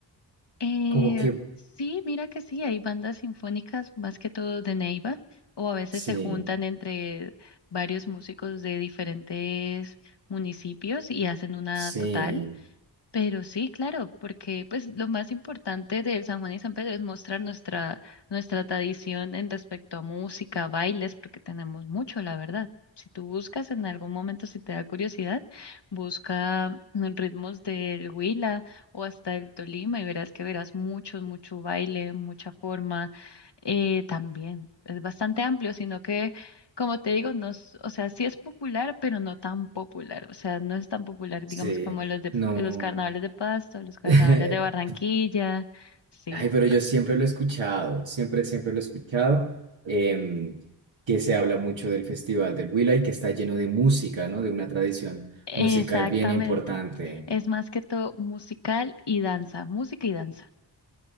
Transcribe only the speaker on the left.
Eh,
sí, mira que sí, hay bandas sinfónicas más que todo de Neiva, o a veces
se juntan entre varios músicos de diferentes municipios y hacen una
total. Pero sí, claro, porque pues lo más importante del San Juan y San Pedro es mostrar nuestra, nuestra tradición en respecto a música, bailes, porque tenemos mucho, la verdad. Si tú buscas en algún momento, si te da curiosidad, busca mm, ritmos del Huila o hasta el Tolima y verás que verás mucho, mucho baile, mucha forma. Eh, también es bastante amplio, sino que, como te digo, no, es- o sea, sí es popular, pero no tan popular. O sea, no es tan popular,
digamos, como los de
los carnavales de Pasto, los carnavales
de Barranquilla.
Sí,
exactamente.
Es más que todo musical y danza, música y danza.